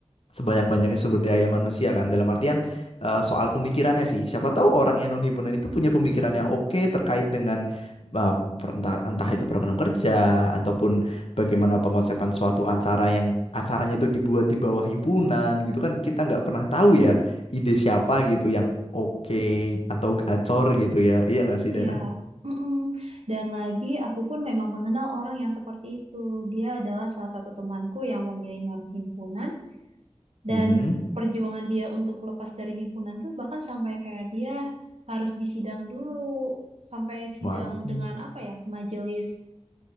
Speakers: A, on the left; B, on the right.
A: sebanyak-banyaknya sumber daya manusia kan dalam artian eh, soal pemikirannya sih siapa tahu orang yang non himpunan itu punya pemikiran yang oke terkait dengan eh, per- entah, entah itu program kerja ataupun bagaimana pengosepan suatu acara yang acaranya itu dibuat di bawah himpunan gitu kan kita nggak pernah tahu ya ide siapa gitu yang oke atau gacor gitu ya iya nggak sih Dara?
B: Iya, mm-mm. Dan lagi aku pun memang mengenal orang yang seperti itu. Dia adalah salah satu temanku yang memilih non-himpunan dan
A: Mm-mm.
B: perjuangan dia untuk lepas dari himpunan tuh bahkan sampai kayak dia harus disidang dulu, sampai sidang
A: Waduh.
B: dengan apa ya, majelis